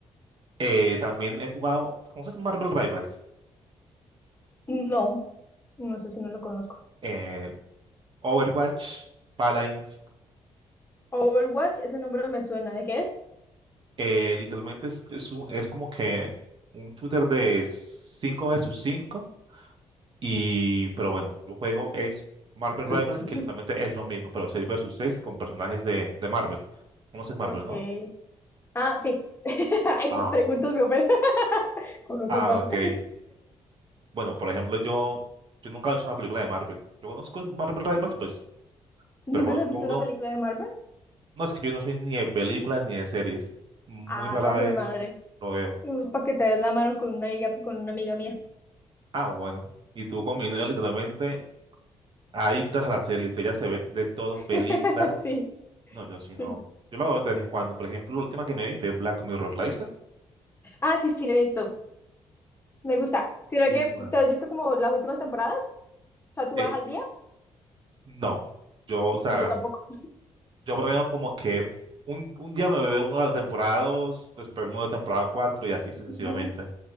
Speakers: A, on the right (about 55°); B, on the left (about 20°).
A: Eh, también he jugado, ¿conoces Marvel Rivals?
B: No, no sé si no lo conozco.
A: Eh, Overwatch, Paladins,
B: Overwatch, ese nombre me suena. ¿De qué es?
A: eh, literalmente es, es, un- es como que un shooter de 5 versus 5 y pero bueno, el juego es Marvel Rivals
B: <laughs>
A: que literalmente es lo mismo, pero 6 versus 6 con personajes de, de Marvel. Conoces Marvel,
B: Okay.
A: ¿no?
B: Ah, sí. <laughs> Ay,
A: Ah,
B: esas preguntas
A: no.
B: me ofenden. <laughs> ¿Conoces
A: Ah,
B: Marvel?
A: ok.
B: <laughs>
A: Bueno, por ejemplo, yo, yo nunca he visto una película de Marvel. Yo conozco Marvel Rivals, pues,
B: ¿Nunca
A: pero conozco
B: has visto
A: uno.
B: una película de Marvel?
A: No, es que yo no soy ni de películas ni de series. Muy
B: Ah,
A: rara vez
B: joder, madre.
A: lo veo.
B: para que te des la mano con una amiga, con una amiga mía.
A: Ah, bueno. Y tú con mi novia, literalmente. adictas a las series, ella se ve de todo, películas.
B: <laughs> Sí,
A: No, yo sí
B: sí.
A: no. Yo lo veo de vez en cuando. Por ejemplo, la última que me vi fue Black Mirror, ¿la viste?
B: Ah, sí, sí, lo he visto. Me gusta. Sino
A: Igual.
B: que, ¿te has visto como las últimas temporadas? O sea, ¿tú
A: Eh,
B: vas al día?
A: no. Yo, o sea,
B: Yo tampoco.
A: yo me veo como que un, un día me veo uno de las temporadas, dos, después uno de la temporada cuatro y así sucesivamente.
B: Ujú.